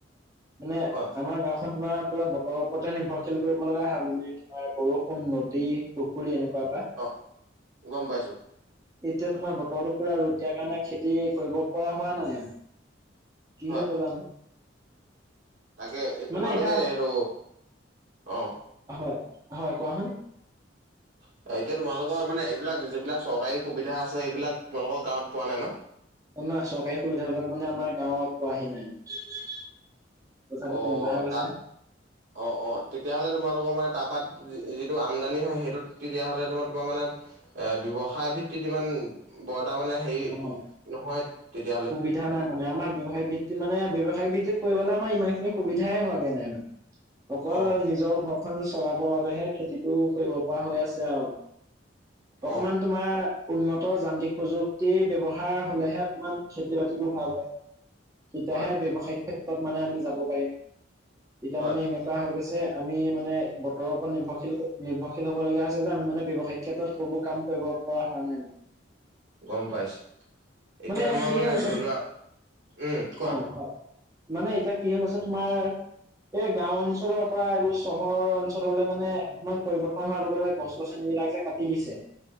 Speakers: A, on the right; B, on the right.
A: মানে
B: হয়
A: আমাৰ গাঁওখন তোমাৰ পুৰা ব ওপতে নিৰ্ভৰশীল কৰিব লগা হয়, মানে তোমাৰ বৰষুণ, নদী, পুখুৰী এনেকুৱা পা।
B: অ, গম পাইছোঁ।
A: এতিয়া তোমাৰ বতৰটো পুৰা ৰ'দ দিয়াৰ কাৰণে খেতি কৰিব পৰা হোৱা নাই। কি
B: হয়
A: হ'ব জানো?
B: তাকে এই
A: মানে
B: তোমালোকে
A: এতিয়া
B: সেইটো অ।
A: হয় হয়, কোৱাচোন?
B: অ, এতিয়া তোমালোকৰ মানে এইবিলাক যিবিলাক চৰকাৰী সুবিধা আছে এইবিলাক তোমালোকৰ গাঁৱত পোৱা নাই ন?
A: অ না, চৰকাৰী সুবিধা বিলাক মানে আমাৰ গাঁৱত পোৱাহি নাই। কথাটো
B: অ
A: তেনেকুৱা হৈ গৈছে
B: তা অ অ, তেতিয়াহ'লে তোমালোকৰ মানে তাপাত যি যিটো আমদানি হয় সেইটোত তেতিয়াহ'লে তোমাৰ তোমাৰ মানে এ ব্যৱসায় ভিত্তিত ইমান ব এটা মানে হেৰি
A: অ'।
B: নহয় তেতিয়াহ
A: সুবিধা নাই মানে। আমাৰ ব্যৱসায়িক ভিত্তিত মানে ব্যৱসায়িক ভিত্তিত কৰিবলে আমা ইমানখিনি সুবিধাই হোৱাগে নাই <inaudible> অকল
B: অ'
A: নিজৰ ঘৰখন চলাবৰ বাবেহে খেতিটো কৰিব পৰা হৈ আছে আৱ। অকমান
B: অ'
A: তোমাৰ উন্নত যান্ত্ৰিক প্ৰযুক্তি ব্যৱহাৰ হ'লেহে অকমান খেতি বাতিবোৰ ভাল হয়। তেতিয়াহে
B: হয়
A: ব্যৱসায়িক ক্ষেত্ৰত মানে আমি যাব পাৰিম। এতিয়া
B: হয়
A: মানে এনেক হৈ গৈছে। আমি মানে বতৰৰওপৰত নিৰ্ভৰশীল নিৰ্ভৰশীল হ'ব লগিয়া হৈছে যে আমি মানে ব্যৱসায়িক ক্ষেত্ৰত সেইবোৰ কাম কৰিব পৰা হোৱা নাই।
B: গম পাইছো। এতিয়া
A: মানে
B: তোমাৰ
A: কি
B: মানে
A: হৈ গৈছে
B: ধৰি লোৱা, উম কোৱা?
A: অ হয় মানে এতিয়া কি হৈ গৈছে, তোমাৰ এই গাওঁ অঞ্চলৰ পৰা এইবোৰ চহৰৰ অঞ্চললে মানে অকমান পৰিবৰ্তন হোৱাৰ লগে লগে গছ গছনি বিলাক যে কাটি দিছে।